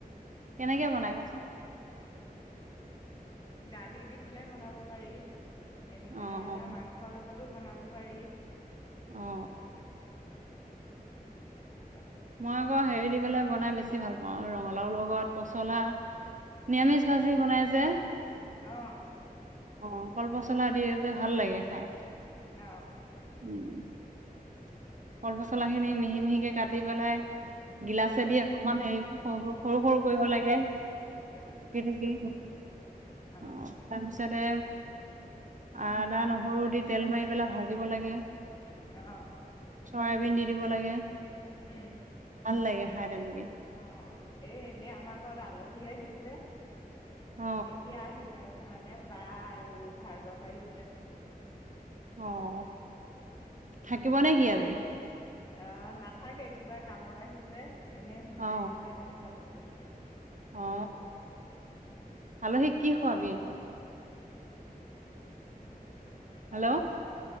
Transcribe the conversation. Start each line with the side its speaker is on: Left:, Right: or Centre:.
Right: কেনেকে বনাই কচোন?
Left: দালি দি পেলাই বনাব পাৰি। এ
Right: অ
Left: এ
Right: অ
Left: মাংস লগত বনাব পাৰি
Right: অ।
Left: অ।
Right: মই আকৌ হেৰি দি পেলাই বনাই বেছি ভাল পাওঁ ৰঙালাওৰ লগত পচলা নিৰামিষ ভাজি বনাই যে।
Left: অ অ
Right: অ। কল পচলা দিয়ে যে ভাল লাগে খাই।
Left: অ।
Right: উম কল পচলা খিনি মিহি মিহিকে কাটি পেলাই গিলাচেদি
Left: উম
Right: অকমান হেৰি সৰু সৰু কৰিব লাগে
Left: অ
Right: টুকি টুকি।
Left: অ
Right: অহ। তাৰ পিছতে আদা, নহৰু দি তেল মাৰি পেলাই ভাজিব লাগে।
Left: অ
Right: চয়াবিন দি দিব লাগে।
Left: উম।
Right: ভাল লাগে খাই তেনেকে
Left: অ, এই এতিয়া আমাৰ ঘৰত আলহী ঘুৰি আহিছে
Right: অ
Left: এতিয়া আহি পাইছে। মানে বা আৰু ভাৰ্গৱ আহিছে।
Right: অ থাকিব নে কি আজি
Left: আ নাথাকে কিবা কামত আহিছে। এনে সোমাই
Right: অ
Left: পেলাই মানে যাবগৈ।
Right: অ আলহীক কি খোৱাবি এতিয়া? হেল্ল'
Left: অ।